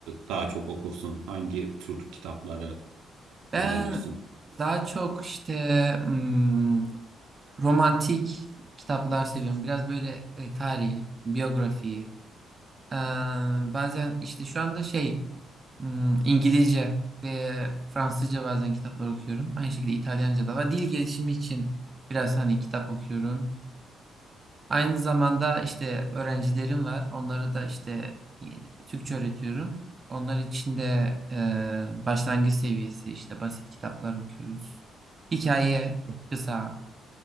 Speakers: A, on the right; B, on the right.
A: daha çok okursun? Hangi tür kitaplara
B: Ben
A: yönelirsin?
B: daha çok işte hmm, romantik kitaplar seviyorum. Biraz böyle e, tarihi, biyografiyi. Ee, bazen işte şu anda şey hmm, İngilizce ve Fransızca bazen kitaplar okuyorum. Aynı şekilde İtalyanca da var. Dil gelişimi için biraz hani kitap okuyorum. Aynı zamanda işte öğrencilerim var. Onları da işte e, Türkçe öğretiyorum. Onlar için de e, başlangıç seviyesi işte basit kitaplar okuyoruz. Hikaye, kısa